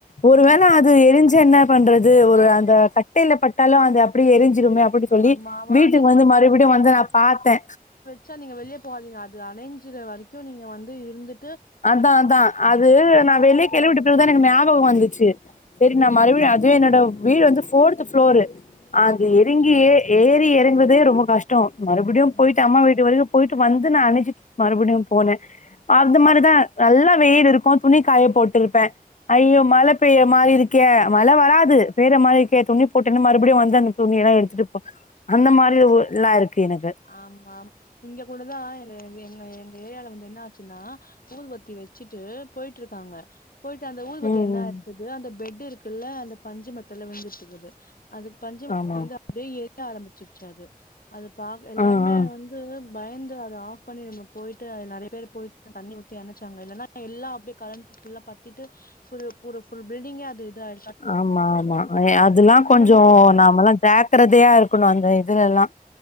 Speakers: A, on the left; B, on the left.
A: ஒரு
B: ம்
A: வேல அது எரிஞ்ச என்ன பண்றது ஒரு அந்த கட்டில பட்டாலு அது அப்டியே எரிஞ்சிருமே அப் புடி சொல்லி
B: ஆமா ஆமா
A: வீட்டுக்கு
B: நீங்க
A: வந்து மறுபடியு வந்து நா பாத்தே
B: சார் நீங்க வெளியே போகாதீங்க அது அணஞ்சுற வரைக்கு நீங்க வந்து இருந்துட்
A: அதா அதா அது நா
B: வச்சுட்டு
A: வெளிக்
B: போகாதீங்க.
A: கிழுவிட்டு பகுதா எனக் ஞாபக வந்துச்சு செரி நா மறுபடிய அதுவே என்னோட வீடு வந்து ஃபோர்து ஃபுளோரு அங்க
B: ம்.
A: எறங் கி ஏறி இறங்கறதே ரொம்ப கஷ்டோ மறுபடியு
B: ம்.
A: போயிட்டு அம்மா வீட் டு வரைக்கு போயிட்டு வந்து நா அணசிட் மறுபடியு போனே அது மாரி தா நல்லா வெயில் இருக்கு துணிக்காய போட்டுருப்பே ஐயோ மழ பெய மாரி இருக்கே மழ வராது பெய்ற மாரி இருக்கே துண்ணி போட்டேன்னு மறுபடியு வந்த துணிய எல்லா எடுத்துட்டுப்போ அந்த மாரி ஓ எல்லா இருக்கு எனக்கு
B: ஆமா ஆமா இங்க கூடதா எங்க எங்க எங்க ஏரியால வந்து என்ன ஆச்சுன்னா ஊதுபத்தி வெச்சுட்டு போயிட்டு இருக்காங்க போயிட்டு அந்த ஊதுபத்தி
A: ம்
B: என்ன
A: ம்
B: ஆயிருக்குது அந்த பெட்டு் இருக்குல்ல அந்த பஞ்சு மெத்தல்ல விழுந்து இருக்குது அது பஞ்சு மெத்த
A: ஆமா
B: வந்து அப்டியே எரிய ஆரம்பிச்சிருச்சு அது அது பாக்க எல்லாருமே
A: ஆ ஆ
B: வந்து பயந்து அத ஆஃப் பண்ணி நம்ம போயிட்டு அது நெறைய பேர் போயிட்டு தண்ணி ஊத்தி அணச்சாங்க இல்லன்னா எல்லா அப்டியே கரண்ட்ல்ல பத்திட்டு ஃபுல் பில்டிங்கே அது இது ஆய்டு
A: ஆமா ஆமா அதெல்லா கொஞ்சோ
B: மாரி
A: நாமல்லா ஜா க்கிறதயா இருக்கணு அந்த இதுல எல்லா